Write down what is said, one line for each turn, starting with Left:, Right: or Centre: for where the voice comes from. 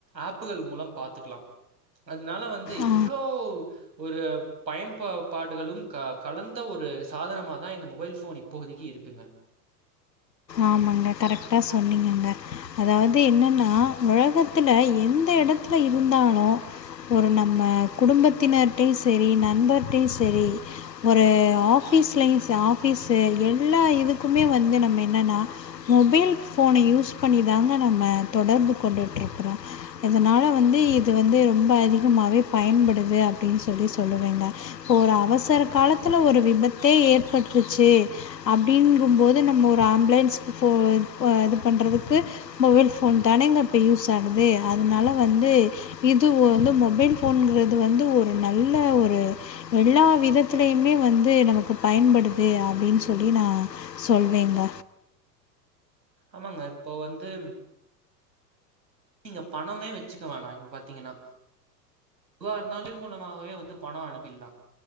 Right: ஆப்புகள் மூலம் பாத்துக்கலா அதுனால வந்து
Left: ஆ
Right: இவ்ளோ ஒரு பயன்ப பாடுகளும் க கலந்த ஒரு சாதனமா தா இந்த மொபைல் ஃபோன் இப்போதிக்கு இருக்குங்க
Left: ஆமாங்க கரெக்டா சொன்னீங்கங்க அதாவ்து என்னன்னா உலகத்துல எந்த இடத் துல இருந்தாலு ஒரு நம்ம குடும்பத்தினர்டையும் சரி நண்பர்ட்டயும் சரி ஒரு ஆபீஸ்லயும் ச ஆபீஸு எல்லா இதுக்குமே வந்து நம்ம என்னன்னா மொபைல் ஃபோன யூஸ் பண்ணி தாங்க நம்ம தொடர்பு கொண்டுட்டு இருக்கறோம் இதனால வந்து இது வந்து ரொம்ப அதிகமாவே பயன்படுது அப்டின்னு சொல்லி சொல்லுவங்க ஒரு அவசர காலத்துல ஒரு விபத்தே ஏற்பட்டுச்சு அப்டிங்கும்போது நம்ம ஒரு ஆம்பலன்ஸ போ இது பண்றதுக்கு மொபைல் மொபைல் ஃபோன் தானேங்க இப்போ யூஸ் ஆகுது அதனால வந்து இது வந்து மொபைல் போனுங்கறது வந்து ஒரு நல்ல ஒரு எல்லா விதத்லயுமே வந்து நமக்கு பயன்படுது அப்டின்னு சொல்லி நா சொல்வேங்க
Right: ஆமாங்க இப்போ வந்து நீங்க பணமே வச்சுக்க வேணாம் இப்ப பாத்தீங்கன்னா <unintelligible> மூலமாகாவவே வந்து பணம் அனுப்பிலாம்